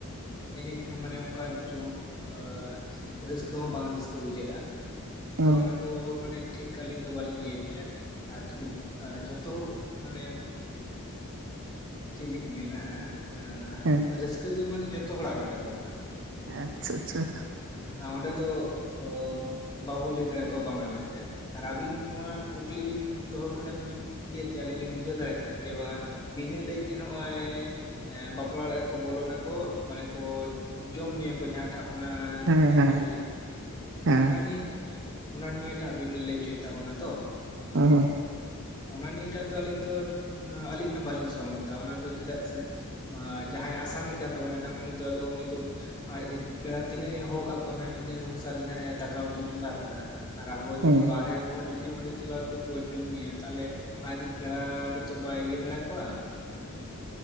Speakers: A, on the left (about 20°); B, on the right (about 55°).
A: ᱮᱱᱮᱡ ᱦᱚᱸ ᱢᱟᱱᱮ ᱚᱱᱠᱟ ᱡᱚᱢᱠᱟᱣ ᱨᱟᱹᱥᱠᱟᱹ ᱦᱚᱸ ᱵᱟᱝ ᱨᱟᱹᱥᱠᱟᱹ ᱵᱩᱡᱷᱟᱹᱜᱼᱟ
B: ᱦᱮᱸ
A: ᱛᱚ ᱚᱱᱟ ᱫᱚ ᱢᱟᱱᱮ ᱴᱷᱤᱠ ᱟᱹᱞᱤᱧ ᱫᱚ ᱵᱟᱹᱞᱤᱧ ᱤᱭᱟᱹ ᱦᱚᱪᱚᱭᱟ ᱟᱨ ᱡᱩᱫᱤ ᱡᱷᱚᱛᱚ ᱦᱚᱲ ᱢᱟᱱᱮ ᱪᱮᱫ ᱞᱤᱧ ᱢᱮᱱᱟ ᱟᱻ
B: ᱦᱮᱸ
A: ᱨᱟᱹᱥᱠᱟᱹ ᱫᱚ ᱢᱟᱱᱮ ᱡᱷᱚᱛᱚ ᱦᱚᱲᱟᱜ ᱜᱮ ᱠᱟᱱ ᱛᱟᱵᱚᱱᱟ᱾
B: ᱟᱪᱪᱷᱟ ᱟᱪᱪᱷᱟ
A: ᱟ
B: ᱦᱮᱸ
A: ᱚᱸᱰᱮ ᱫᱚ ᱵᱟᱵᱚ ᱞᱟᱹᱭ ᱫᱟᱲᱮᱠᱚᱣᱟ ᱵᱟᱝᱟ ᱢᱮᱱᱛᱮ᱾ ᱟᱨ ᱟᱹᱵᱤᱱ ᱱᱚᱣᱟ ᱠᱩᱠᱞᱤ ᱵᱤᱱ ᱫᱚᱦᱚ ᱠᱟᱫᱟ ᱢᱤᱫ ᱤᱭᱟᱹᱛᱮ ᱟᱹᱞᱤᱧ ᱞᱤᱧ ᱵᱩᱡᱷᱟᱹᱣ ᱫᱟᱲᱮᱭᱟᱜ ᱠᱟᱱᱟ ᱡᱮ ᱵᱟᱝᱟ, ᱵᱤᱱᱟᱹ ᱞᱟᱹᱭᱛᱮ ᱱᱚᱜᱼᱚᱭ ᱵᱟᱯᱞᱟ ᱚᱲᱟᱜᱼᱟᱠᱚ ᱵᱚᱞᱚᱱᱟᱠᱚ ᱢᱟᱱᱮ ᱠᱚ ᱡᱚᱢ ᱧᱩᱭᱟᱠᱚ ᱡᱟᱦᱟᱸᱴᱟᱜ ᱚᱱᱟ
B: ᱦᱮᱸ
A: ᱱᱤᱭᱟᱹ ᱛᱮᱵᱤᱱ ᱞᱟᱹᱭ ᱠᱮᱫ
B: ᱦᱮᱸ
A: ᱚᱱᱟ ᱱᱤᱭᱮ ᱚᱱᱟ ᱱᱤᱭᱟᱹᱴᱟᱜ ᱵᱤᱱ ᱞᱟᱹᱭᱪᱚᱭᱮᱫ ᱛᱟᱵᱚᱱᱟ ᱛᱚ᱾
B: ᱦᱚ ᱦᱚ
A: ᱚᱱᱟ ᱱᱤᱭᱟᱹᱮ ᱴᱟᱜ ᱫᱚ ᱟᱹᱞᱤᱧ ᱫᱚ ᱟᱹᱞᱤᱧ ᱦᱚᱸ ᱵᱟᱹᱞᱤᱧ ᱥᱚᱦᱚᱢᱚᱛᱟ ᱚᱱᱟ ᱫᱚ ᱪᱮᱫᱟᱜ ᱥᱮ ᱡᱟᱦᱟᱸᱭ ᱟᱥᱟᱢᱤ ᱠᱟᱱ ᱛᱟᱵᱚᱱᱟᱭ ᱱᱟᱜ ᱩᱱᱤ ᱫᱚ ᱟᱫᱚ ᱩᱱᱤ ᱫᱚ ᱟᱡᱨᱮᱱ ᱯᱮᱲᱟ ᱛᱤᱱᱟᱹᱜ ᱮ ᱦᱳᱠ ᱠᱟᱜ ᱠᱚᱣᱟ ᱱᱟᱜ ᱤᱱᱟᱹ ᱚᱱᱥᱟᱨ ᱜᱮ ᱱᱟᱦᱟᱸᱜᱼ ᱮ ᱫᱟᱠᱟ ᱩᱛᱩᱭ ᱪᱚᱸᱫᱟ ᱟᱠᱟᱫᱟ ᱟᱨ ᱟᱵᱚ ᱡᱩᱫᱤ
B: ᱦᱮᱸ
A: ᱵᱟᱨᱦᱮ ᱦᱚᱲ ᱡᱩᱫᱤ ᱚᱸᱰᱮ ᱪᱟᱞᱟᱣᱛᱮᱫ ᱵᱚ ᱡᱚᱢ ᱧᱩᱭᱟ, ᱛᱟᱦᱚᱞᱮ ᱟᱡᱨᱮᱱ ᱯᱮᱲᱟ ᱜᱮᱛᱚ ᱵᱟᱭ ᱤᱭᱟᱹ ᱫᱟᱲᱮᱭᱟ ᱠᱚᱣᱟ᱾